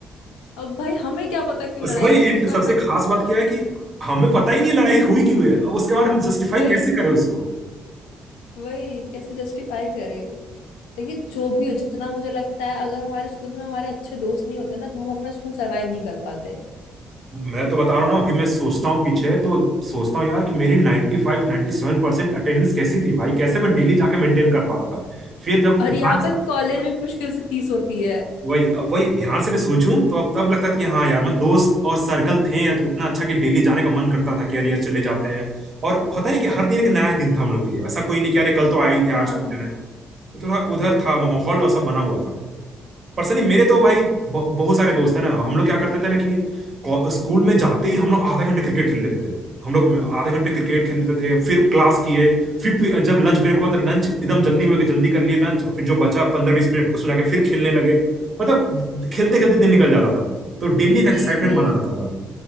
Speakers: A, on the left; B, on the right.
A: अब भाई हमें क्या पता क्यों
B: उस-
A: लड़ाई
B: वही
A: करी
B: इन-
A: उसका
B: सबसे
A: मन
B: खास
A: नहीं
B: बात क्या है कि हमें पता ही नहीं लड़ाई हुई क्यों है अब उसके बारे में हम जस्टिफाई
A: वही
B: कैसे करें उसको
A: वही कैसे जस्टिफाई करे देखिए जो भी हो जितना मुझे लगता है अगर हमारे स्कूल में हमारे अच्छे दोस्त नहीं होते ना तो हम अपना स्कूल सरवाइव नहीं कर पाते
B: मैं तो बता रहा हूँ ना अभी मैं सोचता हूँ पीछे तो सोचता हूँ यार कि मेरी 95 97 परसेंट अटेंडेंस कैसी थी भाई कैसे मैं डेली जाके मेंटेन कर पाता था फिर जब
A: और
B: ध्यान
A: यहाँ पे कॉलेज में मुश्किल से तीस होती है
B: वही वही ध्यान से मैं सोचूं तो अब तब लगता था कि हाँ यार मैं दोस्त और सर्कल थे या उतना अच्छा कि डेली जाने का मन करता था कि यार यार चले जाते हैं और होता नहीं कि हर दिन एक नया दिन था हम लोग के लिए ऐसा कोई नहीं कि अरे कल तो आए ही थे
A: हाँ
B: आज क्यों जाए तो थोड़ा उधर था माहौल ऐसा बना हुआ था पर्सनली मेरे तो भाई ब- बहुत सारे दोस्त हैं ना हम लोग क्या करते थे ना कि को- स्कूल में जाते ही हम लोग आधे घंटे क्रिकेट खेल लेते थे हम लोग आधे घंटे क्रिकेट खेल लेते थे फिर क्लास किए फिर फिर जब लंच ब्रेक हुआ तो लंच एकदम जल्दी में जल्दी कर लिए लंच फिर जो बचा पंद्रह बीस मिनट उसमें जाके फिर खेलने लगे मतलब खेलते खेलते दिन निकल जाता था तो डेली
A: ये
B: एक एक्साइटमेंट
A: ये
B: बना रहता था